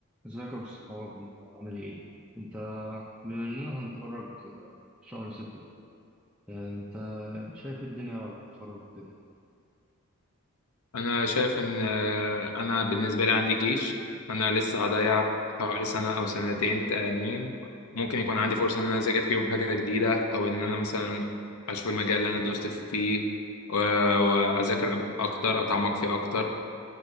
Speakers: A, in the centre; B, on the left.
A: ازيك يا ابو الصحاب انت عامل ايه انت بما اننا هنتخرج آه، شهر ستة ده آه، انت شايف الدنيا بعد التخرج وكده
B: انا شايف ان آه، انا بالنسبه لي عندي جيش فانا لسه هضيع حوالي سنه او سنتين تانيين ممكن يكون عندي فرصه ان انا اذاكر فيهم حاجه جديده او ان انا مثلا اشوف المجال اللي انا دوست فيه و- واذاكر اكتر اتعمق فيه اكتر